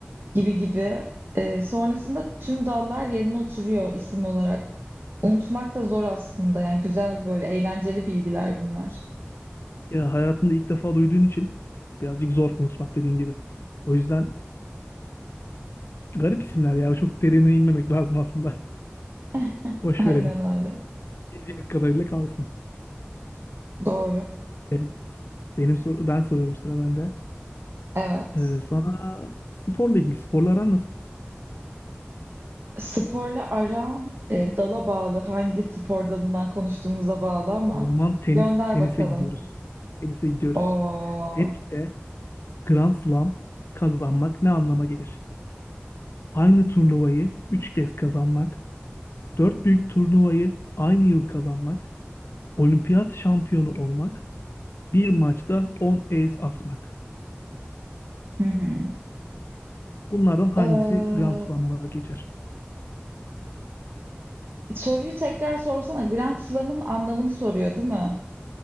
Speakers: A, on the right; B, on the left.
A: gibi gibi. E, sonrasında tüm dallar yerine oturuyor isim olarak. Unutmak da zor aslında. Yani güzel böyle eğlenceli bilgiler bunlar.
B: Ya hayatında ilk defa duyduğun için birazcık zor unutmak dediğin gibi. O yüzden garip isimler ya. Çok derine inmemek lazım aslında.
A: <laughs>
B: <laughs> Boş
A: Aynen
B: verelim.
A: öyle.
B: Bildiğimiz kadarıyla kalsın.
A: Doğru.
B: E, Benim soru ben soruyorum sıra bende.
A: Evet.
B: E, sana sporla ilgili sporla aran nasıl?
A: Sporla aram e, dala bağlı hangi spor dalından konuştuğumuza bağlı ama
B: O zaman tenis
A: gönder
B: tenise
A: bakalım.
B: gidiyoruz. Tenise gidiyoruz.
A: Oo.
B: Teniste Grand Slam kazanmak ne anlama gelir? aynı turnuvayı 3 kez kazanmak, 4 büyük turnuvayı aynı yıl kazanmak, olimpiyat şampiyonu olmak, bir maçta on ace atmak.
A: Hı hı.
B: Bunlardan hangisi
A: Ee,
B: Grand Slam olarak geçer?
A: soruyu tekrar sorsana. Grand Slam'ın anlamını soruyor değil mi?